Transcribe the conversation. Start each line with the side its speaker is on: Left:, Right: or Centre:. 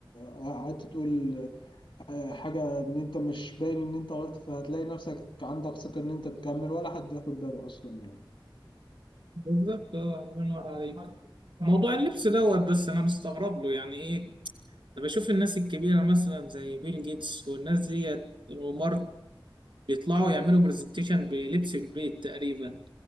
Left: وقعدت تقول آه، حاجة إن أنت مش باين إن أنت غلطت فهتلاقي نفسك عندك ثقة إن أنت تكمل ولا حد هياخد باله أصلا يعني
Right: بالظبط اه الله ينور عليك موضوع اللبس دوت بس انا مستغرب له يعني ايه انا بشوف الناس الكبيره مثلا زي بيل جيتس والناس ديت ومارك بيطلعوا يعملوا برزنتيشن بلبس البيت تقريبا